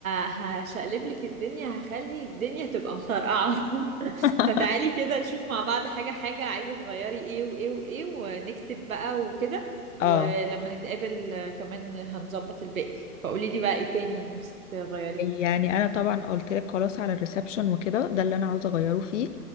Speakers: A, on the right; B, on the left.
A: ه... هشقلب لك الدنيا هخلي الدنيا تبقى مطرقعة <laughs>
B: <laughs>
A: فتعالي كده نشوف مع بعض حاجة حاجة عايزة تغيري ايه وايه وايه ونكتب بقى وكده
B: اه
A: ولما نتقابل آه، كمان هنظبط الباقي فقولي لي بقى ايه تاني نفسك تغيري
B: يعني انا طبعا قلت لك خلاص على الريسبشن وكده ده اللي انا عاوزه اغيره فيه